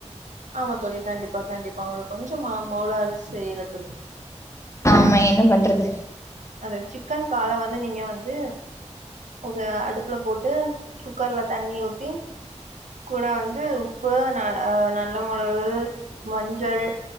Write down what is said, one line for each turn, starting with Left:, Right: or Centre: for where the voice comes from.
Right: ஆமா தோழி கண்டிப்பா கண்டிப்பா உங்களுக்கு கொஞ்சமா மோளறு செய்யறது
Left: ஆமா என்ன பண்றது
Right: அந்த சிக்கன் கால வந்து நீங்க வந்து ஒரு அடுப்புல போட்டு குக்கர்ல தண்ணி ஊத்தீ கூட வந்து உப்பு ந ஆ நல்ல மொளகு மஞ்சள்